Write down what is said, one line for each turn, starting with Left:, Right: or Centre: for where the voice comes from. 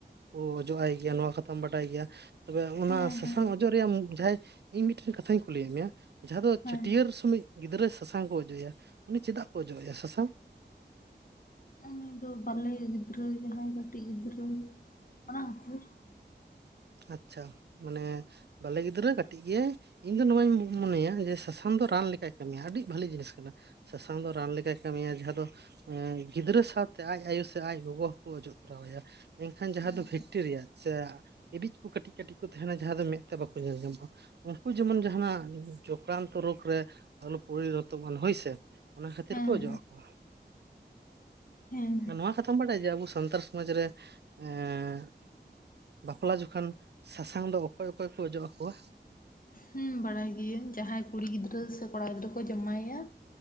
Right: ᱚᱡᱚᱜ ᱟᱭ ᱜᱮᱭᱟ ᱱᱚᱣᱟ ᱠᱟᱛᱷᱟᱢ ᱵᱟᱰᱟᱭ ᱜᱮᱭᱟ ᱛᱚᱵᱮ ᱚᱱᱟ
Left: ᱦᱮᱸ
Right: ᱥᱟᱥᱟᱝ ᱚᱡᱚᱜ ᱨᱮᱭᱟᱜ ᱡᱟᱦᱟᱸᱭ ᱤᱧ ᱢᱤᱫᱴᱮᱱ ᱠᱟᱛᱷᱟᱧ ᱠᱩᱞᱤᱭᱮᱫ ᱢᱮᱭᱟ ᱡᱟᱦᱟᱸ ᱫᱚ
Left: ᱦᱮᱸ ᱦᱮᱸ
Right: ᱪᱷᱟᱹᱴᱭᱟᱹᱨ ᱥᱚᱢᱚᱭ ᱜᱤᱫᱽᱨᱟᱹ ᱥᱟᱥᱟᱝ ᱠᱚ ᱚᱡᱚᱜ ᱮᱭᱟ ᱩᱱᱤ ᱪᱮᱫᱟᱜ ᱠᱚ ᱚᱡᱚᱜ ᱟᱭᱟ ᱥᱟᱥᱟᱝ
Left: ᱩᱱᱤ ᱫᱚ ᱵᱟᱞᱮ ᱜᱤᱫᱽᱨᱟᱹ ᱡᱟᱦᱟᱸᱭ ᱠᱟᱹᱴᱤᱡ ᱜᱤᱫᱽᱨᱟᱹ ᱚᱱᱟ ᱦᱳᱨ
Right: ᱟᱪᱪᱷᱟ ᱢᱟᱱᱮ ᱵᱟᱞᱮ ᱜᱤᱫᱽᱨᱟᱹ ᱠᱟᱹᱴᱤᱡ ᱜᱮᱭᱟᱭ ᱤᱧ ᱫᱚ ᱱᱚᱣᱟᱧ ᱢᱚᱱᱮᱭᱟ ᱡᱮ ᱥᱟᱥᱟᱝ ᱫᱚ ᱨᱟᱱ ᱞᱮᱠᱟᱭ ᱠᱟᱹᱢᱤᱭᱟ ᱟᱹᱰᱤ ᱵᱷᱟᱞᱮ ᱡᱤᱱᱤᱥ ᱠᱟᱱᱟ ᱥᱟᱥᱟᱝ ᱫᱚ ᱨᱟᱱ ᱞᱮᱠᱟᱭ ᱠᱟᱹᱢᱤᱭᱟ ᱡᱟᱦᱟᱸ ᱫᱚ ᱮᱸ ᱜᱤᱫᱽᱨᱟᱹ ᱥᱟᱶᱛᱮ ᱟᱡ ᱟᱭᱳ ᱥᱮ ᱟᱡ ᱜᱚᱜᱚ ᱦᱚᱸᱠᱚ ᱚᱡᱚᱜ ᱛᱚᱨᱟᱣ ᱟᱭᱟ ᱮᱱᱠᱷᱟᱱ ᱡᱟᱦᱟᱸ
Left: ᱦᱮᱸ
Right: ᱫᱚ ᱵᱷᱮᱠᱴᱮᱨᱤᱭᱟ ᱥᱮ ᱟᱹᱵᱤᱡ ᱠᱚ ᱠᱟᱹᱴᱤᱡ ᱠᱟᱹᱴᱤᱡ ᱠᱚ ᱛᱟᱸᱦᱮᱱᱟ ᱡᱟᱦᱟᱸ ᱫᱚ ᱢᱮᱫ ᱛᱮ ᱵᱟᱠᱚ ᱧᱮᱞ ᱧᱟᱢᱚᱜᱼᱟ ᱩᱱᱠᱩ ᱡᱮᱢᱚᱱ ᱡᱟᱦᱱᱟᱜ ᱪᱚᱠᱨᱟᱱᱛᱚ ᱨᱳᱜᱽ ᱨᱮ ᱟᱞᱚ ᱯᱚᱨᱤᱱᱚᱛᱚᱢᱟᱜ ᱦᱳᱭᱥᱮ ᱚᱱᱟ ᱠᱷᱟᱹᱛᱤᱨ
Left: ᱦᱮᱸ
Right: ᱠᱚ ᱚᱡᱚᱜ
Left: ᱦᱮᱸ
Right: ᱟᱠᱚᱣᱟ
Left: ᱦᱮᱸ
Right: ᱱᱚᱣᱟ ᱠᱟᱛᱷᱟᱢ ᱵᱟᱰᱟᱭᱟ ᱡᱮ ᱟᱵᱚ ᱥᱟᱱᱛᱟᱲ ᱥᱚᱢᱟᱡᱽ ᱨᱮ ᱮ ᱦᱚᱞᱟ ᱡᱚᱠᱷᱚᱱ ᱥᱟᱥᱟᱝ ᱫᱚ ᱚᱠᱚᱭ ᱚᱠᱚᱭ ᱠᱚ ᱚᱡᱚᱜ ᱟᱠᱚᱣᱟ
Left: ᱦᱚᱸ ᱵᱟᱲᱟᱭ ᱜᱤᱭᱟᱹᱧ ᱡᱟᱦᱟᱸᱭ ᱠᱩᱲᱤ ᱜᱤᱫᱽᱨᱟᱹ ᱥᱮ ᱠᱚᱲᱟ ᱜᱤᱫᱽᱨᱟᱹ ᱠᱚ ᱡᱟᱢᱟᱭ ᱮᱭᱟ